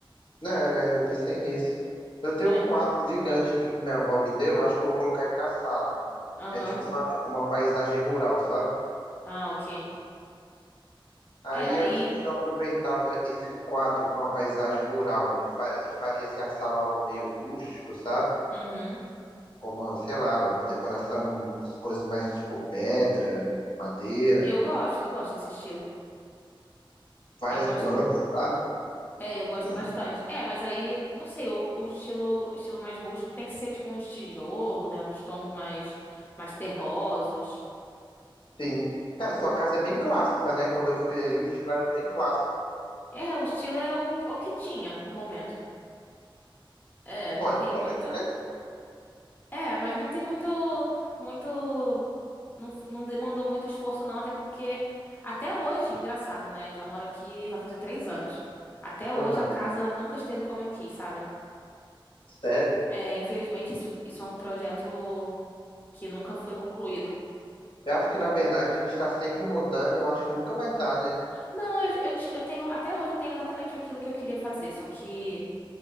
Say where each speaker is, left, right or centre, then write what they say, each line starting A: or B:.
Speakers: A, on the left; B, on the left.
A: Né, né? Eu pensei nisso. Eu tenho
B: É.
A: um quadro gigante aqui que minha avó me deu, acho que eu vou colocar ele na sala.
B: Aham.
A: É tipo uma, uma paisagem rural, sabe?
B: Ah, ok.
A: Aí
B: É, aí.
A: eu não sei se eu aproveitava esse quadro com a paisagem rural e, fa e faria assim a sala algo meio rústico, sabe?
B: Uhum.
A: Com uma, sei lá, uma decoração, as coisas mais tipo pedra, madeira,
B: Eu gosto, eu gosto desse estilo.
A: várias
B: Eu gosto.
A: plantas, sabe?
B: É, eu gosto
A: Hum.
B: bastante. É, mas aí, não sei, o, o estilo, estilo mais rústico tem que ser, tipo, uns tijolo, né? Uns tons mais, mais terrosos.
A: Sim. Cara, sua casa é bem clássica, né? Quando eu fui aí, o estilo era bem clássico.
B: É, o estilo é o, o que tinha no momento. É, não
A: Pô, é
B: tem muito.
A: elegante.
B: É, mas não tem muito, muito. Não, f- não demandou muito esforço, não, até porque até hoje, engraçado, né? Eu já moro aqui, vai fazer três anos. Até
A: Aham.
B: hoje a casa nunca esteve como eu quis, sabe?
A: Sério?
B: É, infelizmente, isso, isso é um projeto que nunca foi concluído.
A: Eu acho que, na verdade, a gente está sempre mudando e eu acho que nunca vai estar, né?
B: Não, eu, eu, ti- eu tenho, até hoje eu tenho exatamente aquilo que eu queria fazer, só que,